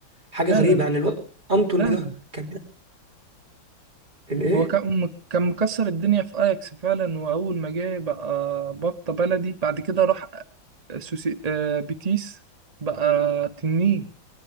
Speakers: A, on the right; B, on the right.
A: حاجه
B: لا
A: غريبه
B: لا
A: يعني الواد انتون
B: لا
A: ده
B: لا
A: كان الايه
B: هو كان م- كان مكسر الدنيا في اياكس فعلا واول ما جه بقى بطة بلدي بعد كده راح سوسي آه، بيتيس بقى تنين